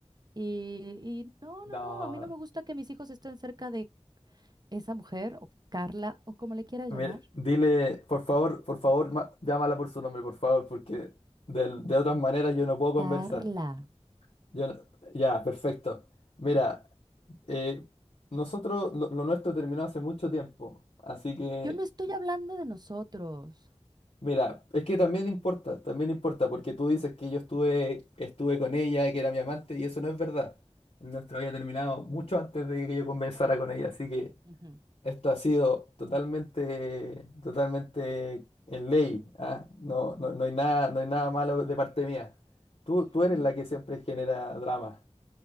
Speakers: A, on the right; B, on the left.
A: y, y no,
B: No,
A: no, no, a mí no me gusta que mis hijos estén cerca de esa mujer o Carla o como le quieras
B: Mira,
A: llamar.
B: dile, por favor, por favor, ma- llámala por su nombre, por favor, porque de, de otras maneras yo no puedo conversar.
A: Carla,
B: Yo no- ya, perfecto. Mira, eh, nosotros, lo, lo nuestro terminó hace mucho tiempo, así que,
A: yo no estoy hablando de nosotros.
B: mira, es que también importa, también importa, porque tú dices que yo estuve, estuve con ella, que era mi amante, y eso no es verdad. Nuestro había terminado mucho antes de que yo conversara con ella, así que...
A: Ujú.
B: Esto ha sido totalmente, totalmente en ley, ¿ah? No, no, no hay nada, no hay nada malo de parte mía. Tú, tú
A: Mm.
B: eres la que siempre genera drama.